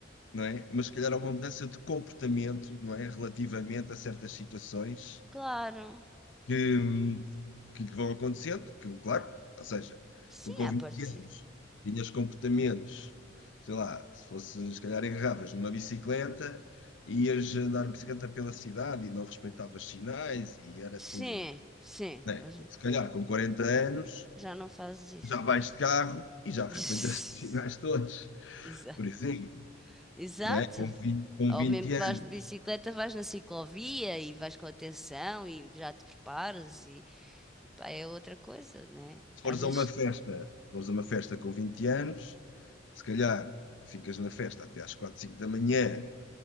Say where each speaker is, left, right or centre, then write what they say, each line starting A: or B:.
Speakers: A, on the left (about 70°); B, in the centre.
A: não é? Mas se calhar há uma mudança de comportamento, não é? Relativamente a certas situações
B: Claro.
A: que, hum, que lhe vão acontecendo, que, claro, ou seja,
B: Sim,
A: tu com 20
B: à partida.
A: anos tinhas comportamentos, sei lá, se fosse, se calhar agarravas numa bicicleta, ias andar de bicicleta pela cidade e não respeitavas sinais e era
B: Sim,
A: tudo,
B: sim,
A: não é?
B: hoje
A: Se calhar com 40 anos.
B: já não fazes
A: já vais de carro e já
B: isso.
A: respeitas os sinais todos.
B: <laughs> Exato.
A: Por exemplo,
B: Exato.
A: não é? Com vinte com
B: Ou
A: vinte
B: mesmo que
A: anos,
B: vais de bicicleta, vais na ciclovia e vais com atenção e já te preparas e pá, é outra coisa, né?
A: se fores
B: Às vezes,
A: a uma festa, se fores a uma festa com 20 anos, se calhar ficas na festa até às 4, 5 da manhã